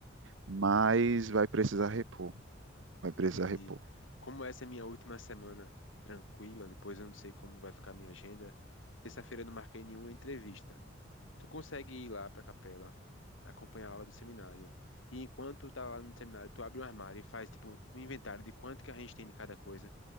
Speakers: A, on the right; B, on the left.
A: mas vai precisar repor, vai precisar
B: Entendi.
A: repor.
B: Como essa é minha última semana tranquila, depois eu não sei como vai ficar a minha agenda. Terça-feira eu não marquei nenhuma entrevista. Tu consegue ir lá para a capela, acompanhar a aula do seminário. E enquanto tá lá no seminário, tu abre um armário e faz tipo um inventário de quanto que a gente tem de cada coisa.